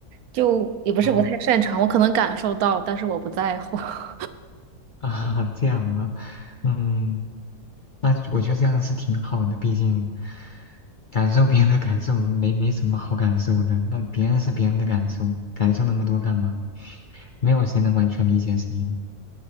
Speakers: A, on the right; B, on the left.
A: 就也不是不太擅长，
B: 啊
A: 我可能感受到，但是我不在乎。<laughs>
B: <laughs> 啊，这样啊，嗯，那我觉得这样是挺好的，毕竟感受别人的感受没没什么好感受的，那别人是别人的感受，感受那么多干嘛？没有谁能完全理解谁的，